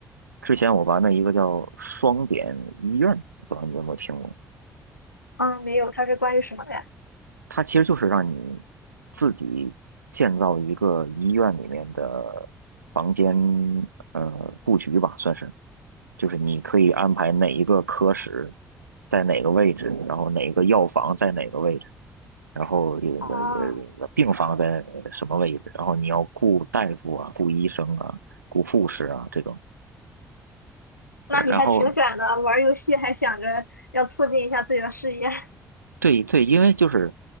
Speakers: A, on the right (about 85°); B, on the left (about 85°).
A: 之前我玩的一个叫双点医院，不知道你有没有听过？
B: 啊，没有，它是关于什么的呀？
A: 它其实就是让你自己建造一个医院里面的房间，呃，布局吧，算是。就是你可以安排哪一个科室在哪个位置，然后哪个药房在哪个位置。然后这个
B: 啊，
A: 呃病房在呃什么位置，然后你要雇大夫啊、雇医生啊、雇护士啊这种。
B: 那你还挺卷的，
A: 对然后
B: 玩儿游戏还想着要促进一下自己的事业，<laughs>
A: 对对，因为就是